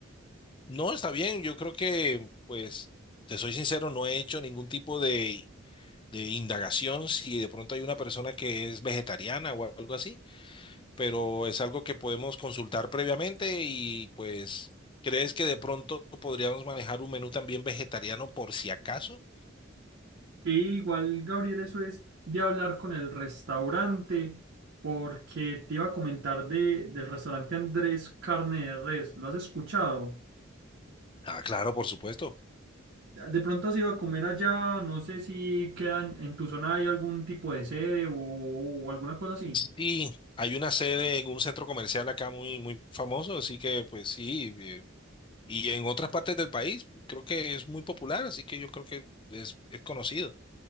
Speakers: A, on the left; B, on the right.
A: No, está bien, yo creo que, pues, te soy sincero, no he hecho ningún tipo de de indagación si de pronto hay una persona que es vegetariana o algo así, pero es algo que podemos consultar previamente y pues, ¿crees que de pronto podríamos manejar un menú también vegetariano por si acaso?
B: Sí, igual, Gabriel, eso es de hablar con el restaurante, porque te iba a comentar de, del restaurante Andrés Carne de Res. ¿Lo has escuchado?
A: Ah, claro, por supuesto.
B: De pronto has ido a comer allá, no sé si quedan en tu zona hay algún tipo de sede o, o alguna cosa así.
A: Sí, hay una sede en un centro comercial acá muy, muy famoso, así que pues sí, eh, y en otras partes del país creo que es muy popular, así que yo creo que es, es conocido.